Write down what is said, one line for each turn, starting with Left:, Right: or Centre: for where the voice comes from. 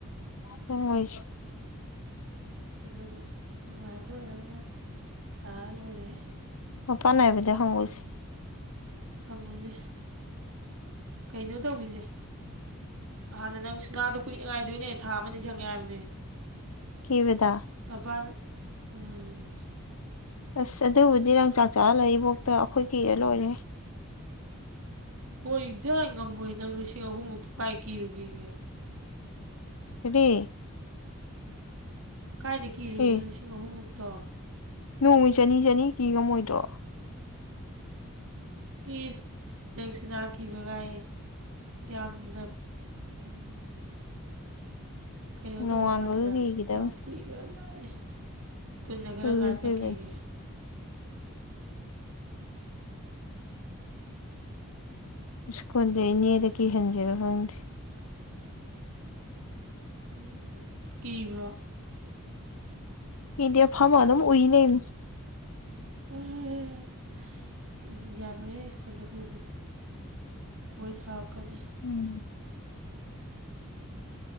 Left: ꯆꯪꯉꯣꯏꯁ
Right: ꯑꯗꯨꯒ ꯅꯨꯡꯉꯥꯏꯕ ꯑꯣꯏꯔꯒꯅ ꯁꯥ ꯂꯣꯏꯔꯦꯍꯦ
Left: ꯃꯄꯥꯟ ꯅꯥꯏꯕꯗꯩ ꯍꯍꯧꯁꯤ
Right: ꯍꯪꯉꯨꯖꯦ ꯀꯩꯅꯣ ꯇꯧꯒꯤꯖꯦ ꯍꯥꯟꯅ ꯅꯪ ꯁꯅꯥꯗꯨ ꯀꯨꯏꯅ ꯉꯥꯏꯗꯣꯏꯅꯦ ꯊꯥ ꯑꯃꯅꯤ ꯆꯪꯉꯦ ꯍꯥꯏꯕꯅꯦ
Left: ꯀꯤꯕꯗ
Right: ꯃꯄꯥꯅ ꯎꯝ
Left: ꯑꯁ ꯑꯗꯨꯕꯨꯗꯤ ꯅꯪ ꯆꯥꯛ ꯆꯥꯍꯂ ꯏꯕꯣꯛꯇ ꯑꯈꯣꯏ ꯀꯤꯔ ꯂꯣꯏꯔꯦꯍꯦ
Right: ꯍꯣꯏ ꯖꯩ ꯉꯝꯃꯣꯏ ꯅꯪ ꯂꯤꯁꯤꯡ ꯑꯍꯨꯝ ꯃꯨꯛꯇꯣ ꯀꯥꯏ ꯀꯤꯔꯨꯒꯦꯒꯦ
Left: ꯀꯔꯤ
Right: ꯀꯥꯏꯗ ꯀꯤꯔꯨꯒꯦ
Left: ꯑꯦ
Right: ꯂꯤꯁꯤꯡ ꯑꯍꯨꯝꯃꯨꯛꯇꯣ
Left: ꯅꯣꯡꯃꯩ ꯆꯅꯤ ꯆꯅꯤ ꯀꯤ ꯉꯝꯃꯣꯏꯗ꯭ꯔꯣ
Right: ꯏꯁ ꯅꯪ ꯁꯨꯅꯥ ꯀꯤꯕꯒꯥꯏꯌꯦ ꯌꯥꯝꯅ ꯎꯝ ꯀꯩꯅꯣ
Left: ꯅꯣꯡꯉꯥꯟꯕꯒ
Right: ꯇꯧꯕ ꯃꯥꯟꯕ꯭ꯔꯥ
Left: ꯀꯤꯈꯤꯗꯕꯅꯤ
Right: ꯌꯥꯝ ꯀꯨꯏ ꯒ꯭ꯔꯥ ꯖꯥꯠꯅꯦ ꯁ꯭ꯀꯨꯟꯅ ꯀꯔꯝ
Left: ꯀꯨꯏꯕꯩ
Right: ꯀꯟ
Left: ꯀꯨꯏꯕꯅꯤ
Right: ꯆꯠꯀꯦꯒꯦ
Left: ꯁ꯭ꯀꯨꯜꯗꯤ ꯏꯅꯦꯗ ꯀꯤꯍꯟꯖꯤꯔ ꯈꯪꯗꯦ
Right: ꯎꯝ ꯀꯤꯕ꯭ꯔꯣ
Left: ꯀꯤꯗꯦ ꯐꯝꯃ ꯑꯗꯨꯝ ꯎꯏ ꯂꯩꯕꯅꯦ
Right: <unintelligible> <unintelligible> ꯌꯥꯔꯣꯏꯍꯦ ꯁ꯭ꯀꯨꯟꯗ ꯄꯨꯕꯗꯤ ꯃꯣꯏ ꯁꯥꯎꯔꯛꯀꯅꯤ
Left: ꯎꯝ